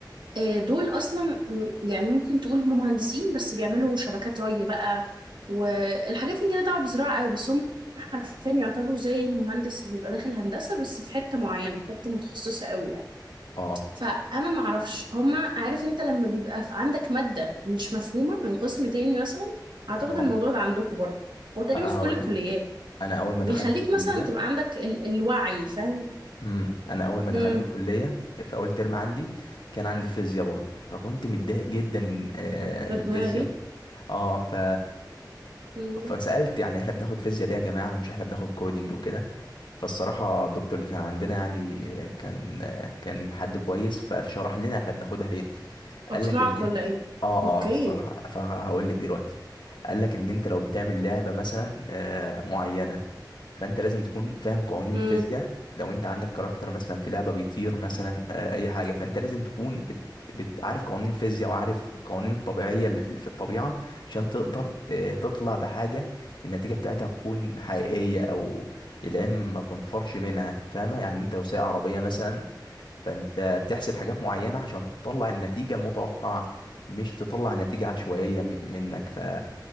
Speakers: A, on the right; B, on the left.
A: آه، دول اصلا م، يعني ممكن تقول هم مهندسين بس بيعملوا شبكات ري بقى والحاجات اللي ليها دعوه بالزراعه قوي بس هم حرفيا يعتبروا زي المهندس اللي بيبقى داخل هندسه بس في حته معينه حته متخصصه قوي يعني
B: اه
A: فانا ما اعرفش هما عارف انت لما بيبقى في عندك ماده مش مفهومه من قسم تاني مثلا اعتقد
B: اه
A: الموضوع ده عندكم برضه هو تقريبا
B: هقول
A: في كل الكليات
B: انا اول ما
A: بيخليك
B: دخلت الكليه
A: مثلا تبقى عندك ال الوعي فاهم
B: امم انا اول ما
A: امم
B: دخلت الكليه في اول ترم عندي كان عندي فيزياء برضه فكنت متضايق جدا إن- آه،
A: يا
B: بالفيزياء
A: دماغي
B: اه ف
A: امم
B: فسألت يعني احنا بناخد فيزياء ليه يا جماعة مش احنا بناخد كودينج وكده فالصراحة الدكتور اللي كان عندنا يعني كان كان حد كويس فشرح لنا احنا بناخدها ليه
A: اقنعك
B: قال لك ان
A: ولا ايه
B: اه
A: اوكي
B: اه الصراحة فهقول لك دلوقتي قال لك ان انت لو بتعمل لعبة مثلا آه معينة فانت لازم تكون فاهم قوانين
A: امم
B: فيزياء لو انت عندك كاركتر مثلا في لعبة بيطير مثلا آه اي حاجة فانت لازم تكون بت بتعرف قوانين الفيزياء وعارف القوانين الطبيعية اللي في في الطبيعة عشان تقدر آه، تطلع بحاجة النتيجة بتاعتها تكون حقيقية أو العلم ما تنفرش منها فاهمة يعني أنت لو سايق عربية مثلا فأنت بتحسب حاجات معينة عشان تطلع النتيجة المتوقعة مش تطلع نتيجة عشوائية م- منك ف...